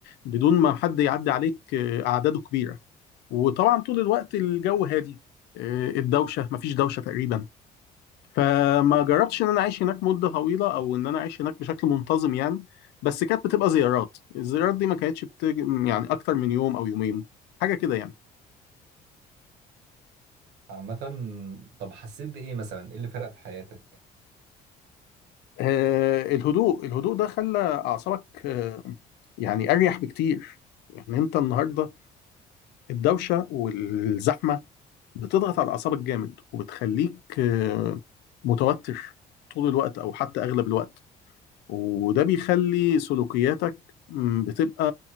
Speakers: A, on the left; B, on the right.
A: بدون ما حد يعدي عليك آه، أعداده كبيرة وطبعا طول الوقت الجو هادي آه، الدوشة مفيش دوشة تقريبا فما جربتش إن أنا أعيش هناك مدة طويلة أو إن أنا أعيش هناك بشكل منتظم يعني بس كانت بتبقى زيارات الزيارات دي ما كانتش بتج... يعني أكتر من يوم أو يومين حاجة كده يعني
B: عامه طب حسيت بايه مثلا ايه اللي فرق في حياتك
A: آه، الهدوء الهدوء ده خلى أعصابك آه، يعني أريح بكتير يعني أنت النهاردة الدوشة والزحمة بتضغط على اعصابك جامد وبتخليك آه، متوتر طول الوقت او حتى اغلب الوقت وده بيخلي سلوكياتك مم، بتبقى